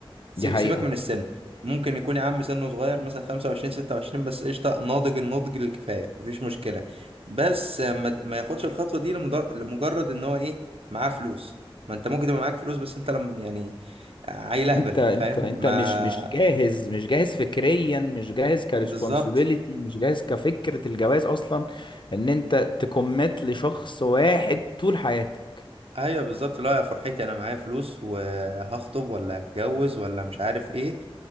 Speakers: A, on the right; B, on the left.
A: سي-
B: دي حقيقة
A: سيبك من السن ممكن يكون يا عم سنه صغير مثلا 25 26 بس قشطه ناضج النضج الكفايه مفيش مشكله بس ما, ما ياخدش الخطوه دي لمدر- لمجرد ان هو ايه معاه فلوس ما انت ممكن تبقى معاك فلوس بس انت لم يعني عيل اهبل
B: انت انت
A: فاهم
B: انت
A: ما
B: مش مش جاهز مش جاهز فكريا مش جاهز كريسبونسبيلتي
A: بالظبط
B: مش جاهز كفكرة الجواز اصلا ان انت تكمت لشخص واحد طول حياتك
A: ايوه بالظبط لا يا فرحتي انا معايا فلوس وهخطب ولا هتجوز ولا مش عارف ايه